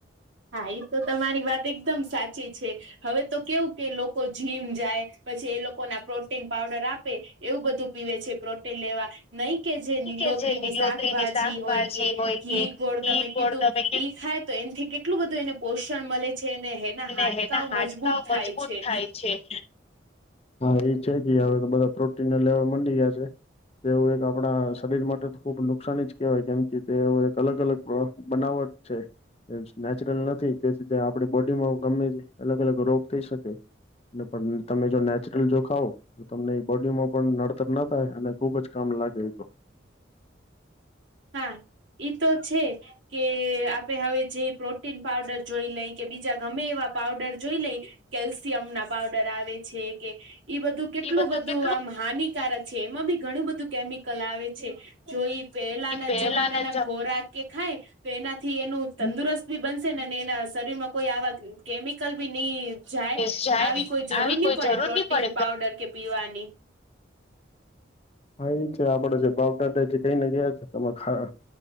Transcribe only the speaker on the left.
કે જે લીલોતરીની
શાકભાજી
હોય
કે
ઘી
ગોળ તમે કીધું
ને એના હાડકાઓ
મજબૂત
થાય છે. હા એ છે કે હવે તો બધા પ્રોટીન લેવા મંડી ગયા છે એવું એક આપડા <unintelligible> માટે તો ખુબ નુકસાની જ કેહેવાય કેમ કે તેવો એક અલગ અલગ બનાવટ છે. નેચરલ નથી તેથી તે આપડી બોડીમાં ગમે અલગ અલગ રોગ થઈ શકે. ને પણ તમે જો ને <unintelligible> જો ખાવ તો તમને ઈ બોડીમાં પણ નડતર ના થાય અને ખુબ જ કામ લાગે તો
એ
કેટલું
પહેલાના
જમાના
જાય
આવી કોઈ
જરૂર
નહી પડે
હા ઈ છે આપળે જે <unintelligible> દાદા જે કઈને ગયા છે તમે ખા